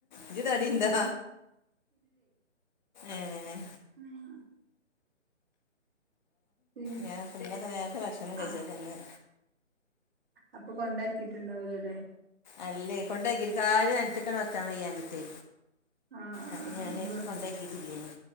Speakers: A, on the left; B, on the right.
A: ഇജ് തടിയുണ്ടോ
B: ആ
A: ഏഹ്
B: ഉം പി
A: ഞാൻ <unintelligible> നേരത്തെ ഭക്ഷണം കഴിച്ചേക്കന്ന്
B: ആ അപ്പൊ കൊണ്ടാക്കിട്ടുണ്ടാവുലലെ
A: അല്ലേ കൊണ്ടാക്കി ഒരു കാല് നലത്ത്ക്കങ്ങട് വക്കാൻ വയ്യാഞ്ഞിട്ടെ
B: ആഹ്
A: അപ്പൊ ഞാന്
B: ആഹ്
A: കൊണ്ടാക്കിട്ടില്ലേനി